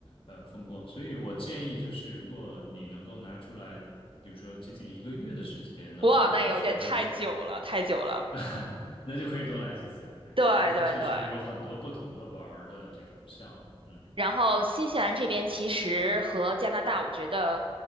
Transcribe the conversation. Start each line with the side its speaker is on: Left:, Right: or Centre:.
Left: 呃风光。所以我建议就是，如果你能够拿出来，比如说接近一个月的时间的话，
Right: 哇，那有点太久了，
Left: 你是可以，
Right: 太久了。
Left: <laughs> 那就可以多来几次。对，
Right: 对对对，
Left: 因为它确实有很多不同的玩儿的这种项目。嗯
Right: 然后新西兰这边其实和加拿大，我觉得，